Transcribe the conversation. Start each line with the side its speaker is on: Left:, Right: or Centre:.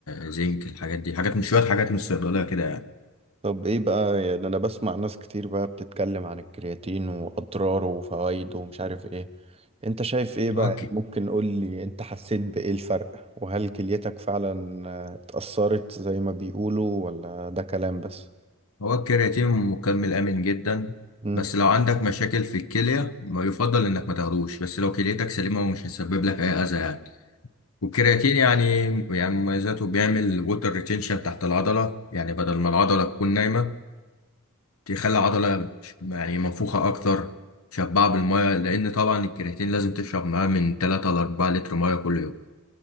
Left: آه، زنك الحاجات دي حاجات من شوية حاجات من الصيدلية كده يعني
Right: طب ايه بقى يعني انا بسمع ناس كتير بقى بتتكلم عن الكرياتين واضراره وفوائده ومش عارف ايه انت شايف ايه بقى
Left: هو الك-
Right: يعني ممكن قول لي انت حسيت بايه الفرق وهل كليتك فعلا آه، اتأثرت زي ما بيقولوا ولا ده كلام بس
Left: هو الكرياتين مكمل آمن جدا
Right: امم
Left: بس لو عندك مشاكل في الكلية ما يفضل إنك ما تاخدوش بس لو كليتك سليمة ومش هيسبب لك أي أذى يعني والكرياتين يعني يعني مميزاته بيعمل ووتر ريتينشن تحت العضلة يعني بدل ما العضلة تكون نايمة تخلي العضلة ش- يعني منفوخة أكتر شبعة بالمية لأن طبعا الكرياتين لازم تشرب معاه من 3 ل 4 لتر مية كل يوم